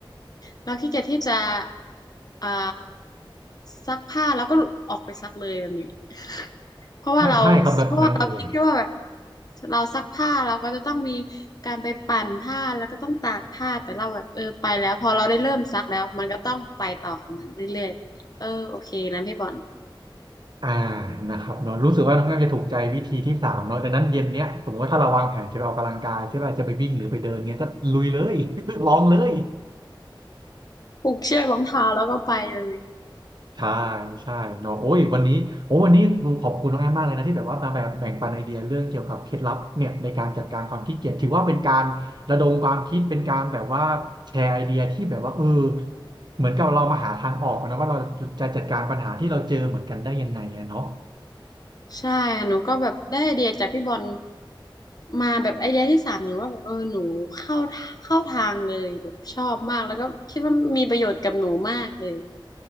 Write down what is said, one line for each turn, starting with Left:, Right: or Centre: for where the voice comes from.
Left: เราขี้เกียจที่จะอ่าซักผ้าแล้วก็ออกไปซักเลยแบบนี้ <laughs> เพราะว่าเราเพราะว่าเราคิดแค่ว่าแบบ
Right: ถ้าใช่ครับแบบนั้นเลย
Left: เราซักผ้าเราก็จะต้องมีการไปปั่นผ้าแล้วก็ต้องตากผ้าแต่เราแบบเออไปแล้วพอเราได้เริ่มซักแล้วมันก็ต้องไปต่อของมันเรื่อยๆแบบนี้เออโอเคนะพี่บอล
Right: อ่านะครับเนาะรู้สึกว่าน้องแอมจะถูกใจวิธีที่สามเนาะดังนั้นเย็นเนี้ยสมมติว่าถ้าเราวางแผนจะไปออกกำลังกายใช่ป่ะจะไปวิ่งหรือไปเดินเงี้ยก็ลุยเลย <laughs> ลองเลย
Left: ผูกเชือกรองเท้าแล้วก็ไปเลย
Right: ใช่ใช่เนาะโอ้ยวันนี้โอ้วันนี้ขอบคุณน้องแอมมากเลยนะที่แบบว่ามาแบบแบ่งปันไอเดียเรื่องเกี่ยวกับเคล็ดลับเนี่ยในการจัดการความขี้เกียจถือว่าเป็นการระดมความคิดเป็นการแบบว่าแชร์ไอเดียที่แบบว่าเออเหมือนกับเรามาหาทางออกนะว่าเราจะจัดการปัญหาที่เราเจอเหมือนกันได้ยังไงอะเนาะ
Left: ใช่หนูก็แบบได้ไอเดียจากพี่บอลมาแบบไอเดียที่สามหนูว่าแบบเออหนูเข้าเข้าทางเลยแบบชอบมากแล้วก็คิดว่ามีประโยชน์กับหนูมากเลย